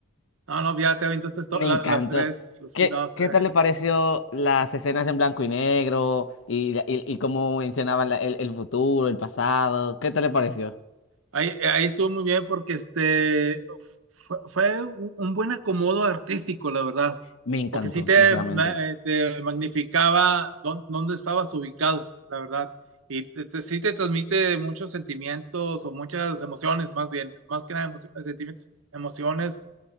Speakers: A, on the right; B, on the left.
A: No, no, ya te entonces
B: Me
A: las
B: encantó.
A: tres, los spin-off,
B: ¿Qué, qué
A: eh,
B: tal le pareció las escenas en blanco y negro y, la- y, y cómo mencionaban la- el, el futuro, el pasado? ¿Qué tal le pareció?
A: Ahí, ahí estuvo muy bien porque este fue, fue un, un buen acomodo artístico, la verdad,
B: Me encantó,
A: porque sí te,
B: sinceramente.
A: ma- eh, te magnificaba dón- dónde estabas ubicado, la verdad, y te- te- sí te transmite muchos sentimientos o muchas emociones, más bien, más que nada emocio- sentimientos, emociones